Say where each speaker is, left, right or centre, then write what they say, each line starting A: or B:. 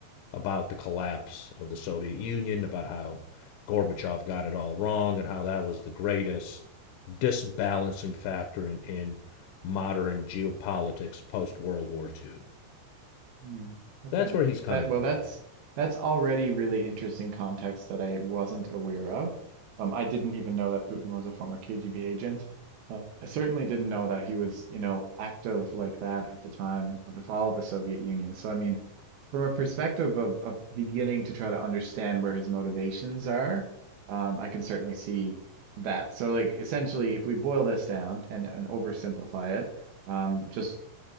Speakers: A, on the left; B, on the right.
A: about the collapse of the Soviet Union, about how Gorbachev got it all wrong, and how that was the greatest disbalancing factor in, in modern geopolitics post World War II.
B: Hmm, okay.
A: That's where he's coming
B: That well,
A: from.
B: that's that's already really interesting context that I wasn't aware of. Um, I didn't even know that Putin was a former KGB agent. Uh, I certainly didn't know that he was, you know, active like that at the time of the fall of the Soviet Union. So, I mean, from a perspective of of beginning to try to understand where his motivations are, um, I can certainly see that. So, like, essentially, if we boil this down and and oversimplify it, um, just